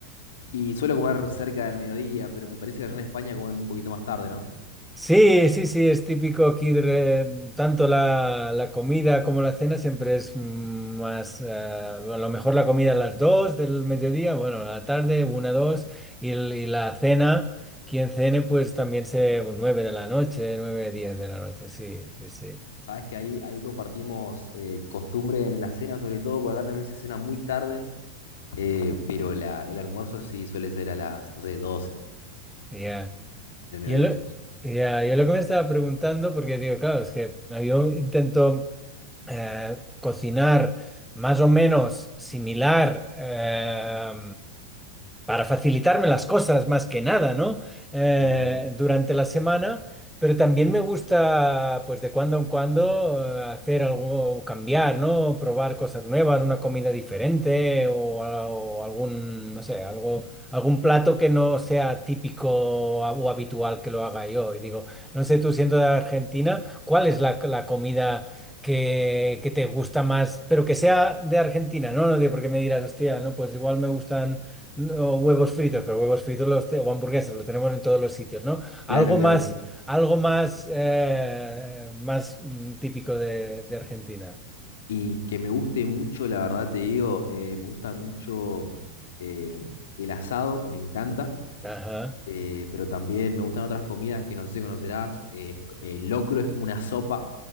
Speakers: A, on the left (about 70°); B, in the centre.
A: Y suelo comer cerca del mediodía, pero me parece que allá en España comen un poquito más tarde, ¿no?
B: Sí, sí, sí, es típico aquí, de re- tanto la, la comida como la cena siempre es mm, más, eh, a lo mejor la comida a las 2 del mediodía, bueno, a la tarde, una 2 y, el- y la cena, quien cene, pues también se pues, 9 de la noche, 9 10 de la noche, sí, sí, sí.
A: Sabes que ahí, ahí compartimos eh, costumbre en la cena, sobre todo, porque acá también se cena muy tarde, eh, pero la, el almuerzo sí suele ser a las, no sé, doce
B: Ya,
A: del mediodía
B: Yo lo,
A: más o menos.
B: ya, yo lo que me estaba preguntando, porque digo, claro, es que yo intento eh, cocinar más o menos similar eh, para facilitarme las cosas más que nada, ¿no? Eh,
A: Claro,
B: durante la semana, pero también me gusta, pues de cuando en cuando, eh, hacer algo, cambiar, ¿no? Probar cosas nuevas, una comida diferente o, a- o algún, no sé, algo, algún plato que no sea típico o habitual que lo haga yo. Y digo, no sé, tú siendo de Argentina, ¿cuál es la la comida? que, que te gusta más, pero que sea de Argentina, ¿no? No digo porque me dirás, hostia, no, pues igual me gustan no, huevos fritos, pero huevos fritos los, te- o hamburguesas, lo tenemos en todos los sitios, ¿no?
A: claro,
B: Algo
A: claro.
B: más, algo más, eh, más mm, típico de, de Argentina.
A: Y que me guste mucho, la verdad te digo, eh, me gusta mucho eh, el asado, me encanta.
B: Ajá.
A: eh, pero también me gustan otras comidas que no sé si conocerás. eh, es co- el locro es como una sopa,